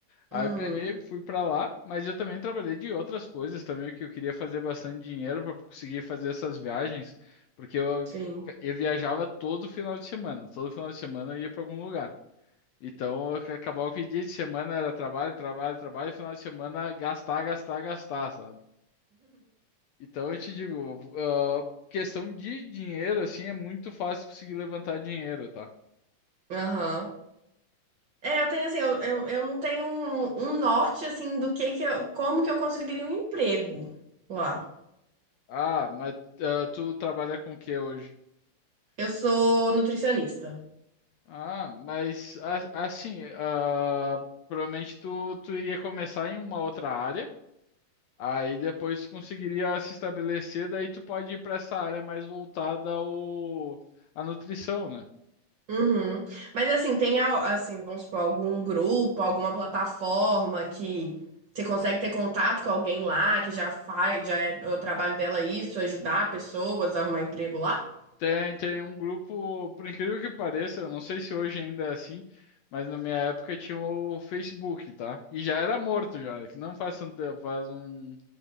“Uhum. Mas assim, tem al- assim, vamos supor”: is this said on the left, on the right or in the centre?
Right